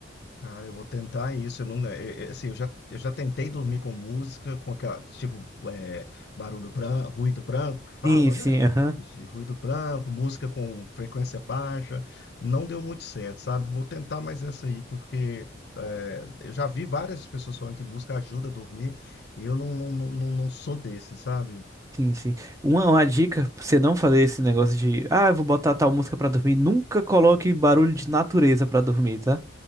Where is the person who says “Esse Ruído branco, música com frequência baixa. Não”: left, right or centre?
Left